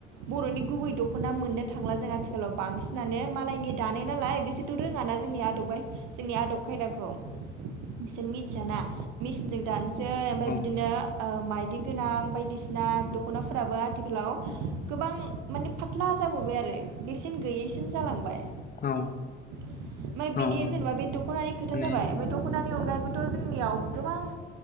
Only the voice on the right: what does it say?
बर'नि गुबै दख'ना मोननो थांला जोंहा गोलाव बांसिनानो मालायनि दानाय नालाय बिसोरथ' रोङाना जोंनि आदबै जोंनि आदब खायदाखौ बिसोर मिथियाना मिसिनजों दानो बै ओमफ्राय बिदिनो
माइ यदि गोनां बायदिसिना दख'नाफोराबो आथिखालाव गोबां माने फाथ्ला जाबोबाय आरो। बेसेन गैयैसिन जालांबाय।
ओमफ्राय
बेनि जेनेबा बे दख'नानि खोथा
जाबाय ओमफ्राय दख'ना नि अनगायैबोथ' जोंनियाव गोबां